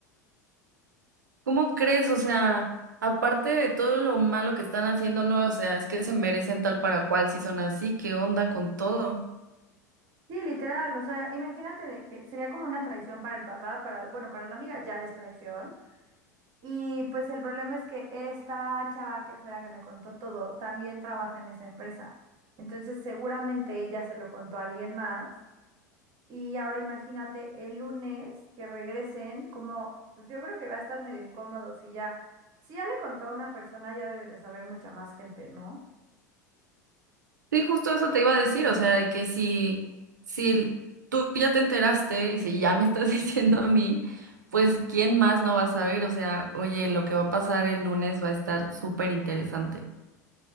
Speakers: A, on the right (about 85°); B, on the right (about 50°).
A: ¿Cómo crees? O sea, aparte de todo lo malo que están haciendo, no, o sea, es que se merecen tal para cual si son así, ¿qué onda con todo?
B: Sí, literal, o sea, imagínate de que sería como una traición para el papá, para, bueno, para la amiga ya es traición Y pues el problema es que esta chava que fue la que me contó todo, también trabaja en esa empresa. Entonces seguramente ella se lo contó a alguien más. Y ahora imagínate el lunes que regresen, como, pues yo creo que va a estar medio incómodo si ya, si ya le contó a una persona, ya debe de saber mucha más gente, ¿no?
A: Sí, justo eso te iba a decir, o sea, que si, si tú ya te enteraste y si ya me estás <laughs> diciendo a mí, pues ¿quién más no va a saber? O sea, oye, lo que va a pasar el lunes va a estar súper interesante.